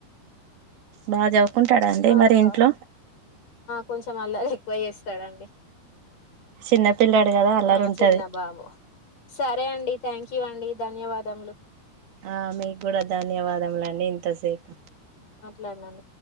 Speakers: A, on the right; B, on the left.
A: బాగా చవుకుంటాడాండి
B: ఆ
A: మరి
B: బాయ్
A: ఇంట్లో
B: కొంచెం అల్లరి ఎక్కువ చేస్తాడు అండి
A: చిన్నపిల్లాడు కదా అల్లరి
B: ఆ
A: ఉంటది
B: చిన్న బాబు సరే అండి థంక్ యూ అండి ధన్యవాదములు
A: ఆ మీకు కూడా ధన్యవాదములండి ఇంతసేపు
B: లార్నన్